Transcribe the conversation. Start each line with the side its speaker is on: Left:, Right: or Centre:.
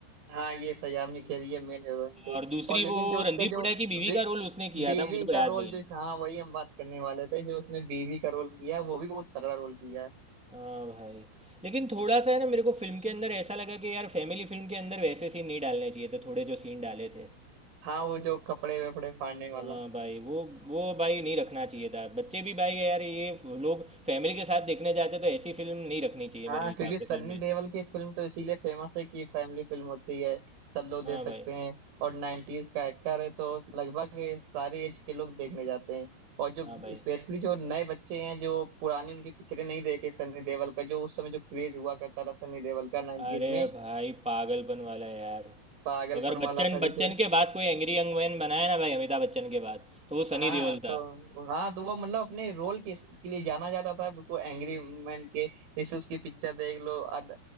Right: हाँ ये सयामी खेर ये मेन हीरोइन थी
Centre: और दूसरी
Right: और लेकिन
Centre: वो
Right: जो उसके
Centre: रणदीप
Right: जो
Centre: हुड्डा की बीवी
Right: बे,
Centre: का रोल उसने किया
Right: बीवी
Centre: था मुझे को
Right: का
Centre: याद
Right: रोल
Centre: नहीं
Right: जो
Centre: है
Right: हाँ वही हम बात करने वाले थे जो उसने बीवी का रोल किया वो भी बहुत तगड़ा रोल किया है
Centre: हाँ भाई लेकिन थोड़ा सा है ना मेरे को फिल्म के अंदर ऐसा लगा कि यार फैमिली फिल्म के अंदर वैसे सीन नहीं डालने चाहिए थे थोड़े जो सीन डाले थे
Right: हाँ वो जो कपड़े वपड़े फाड़ने वाला
Centre: हाँ भाई वो वो भाई नहीं रखना चाहिए था बच्चे भी भाई यार ये लोग फैमिली के साथ देखने जाते तो ऐसी फिल्म नहीं रखनी चाहिए
Right: हाँ
Centre: मेरे हिसाब
Right: क्योंकि सन्नी
Centre: से फिल्म में
Right: देओल की फिल्म तो इसीलिए फेमस है कि फैमिली फिल्म होती है सब लोग देख
Centre: हाँ
Right: सकते
Centre: भाई
Right: हैं और 90s का एक्टर है तो लगभग ये सारे एज के लोग देखने जाते हैं और जो
Centre: हाँ भाई
Right: स्पेशली जो नए बच्चे हैं जो पुरानी उनकी पिक्चरें नहीं देखे सन्नी देओल का जो उस समय जो क्रेज हुआ करता था सन्नी देओल का 90s
Centre: अरे
Right: में
Centre: भाई पागलपन वाला यार
Right: पागलपन
Centre: अगर
Right: वाला
Centre: बच्चन
Right: था जिसे
Centre: बच्चन के बाद कोई एंग्री यंग मैन बनाया ना भाई अमिताभ बच्चन के बाद तो वो सनी
Right: हाँ
Centre: देओल
Right: तो
Centre: था
Right: हाँ तो वो मतलब अपने रोल के, के लिए जाना जाता था उसको एंग्री मैन के जैसे उसकी पिक्चर देख लो अद,